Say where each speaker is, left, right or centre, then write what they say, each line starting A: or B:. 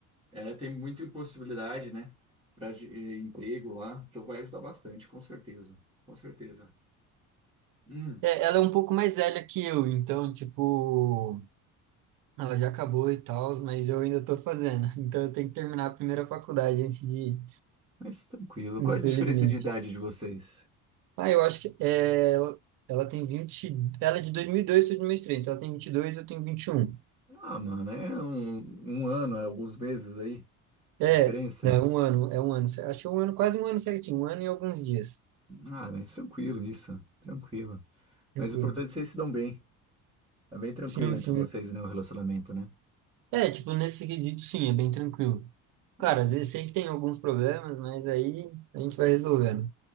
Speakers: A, on the right; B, on the right.
A: É, tem muita possibilidade, né, para emprego lá, então vai ajudar bastante, com certeza, com certeza. Hum,
B: É, ela é um pouco mais velha que eu, então, tipo, ela já acabou e tal, mas eu ainda tô fazendo. <laughs> Então eu tenho que terminar a primeira faculdade antes de, ir,
A: Mas tranquilo.
B: infelizmente.
A: Qual é a diferença de idade de vocês?
B: Ah, eu acho que é, ela, ela tem 20. Ela é de 2002 ou dois mil e três. então ela tem 22, eu tenho 21.
A: Ah, mano, é um, um ano, é alguns meses aí.
B: É,
A: Diferença?
B: não, é um ano, é um ano. Acho que é um ano, quase um ano certinho, um ano e alguns dias.
A: Ah, mas tranquilo isso. Tranquilo.
B: Tranquilo.
A: Mas o importante é que vocês se dão bem. É bem tranquilo
B: Sim,
A: entre
B: sim.
A: vocês, né? O relacionamento, né?
B: É, tipo, nesse quesito, sim, é bem tranquilo. Cara,
A: Ah,
B: às vezes sempre tem alguns problemas, mas aí a gente vai resolvendo.